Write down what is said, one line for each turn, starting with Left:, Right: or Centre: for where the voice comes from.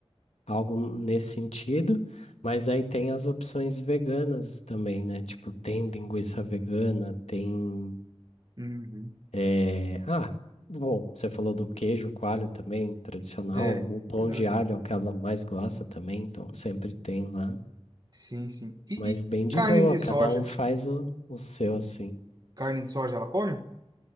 Left: Algo nesse sentido. Mas aí tem as opções veganas também, né? Tipo, tem linguiça vegana, tem.
Right: uhum.
Left: É, ah, bom, você falou do queijo coalho também, tradicional.
Right: É,
Left: O pão
Right: verdade.
Left: de alho é o que ela mais gosta também, então sempre tem lá.
Right: Sim, sim. E,
Left: Mas
Right: e
Left: bem de
Right: carne
Left: boa,
Right: de
Left: cada
Right: soja?
Left: um faz o, o seu assim.
Right: Carne de soja ela come?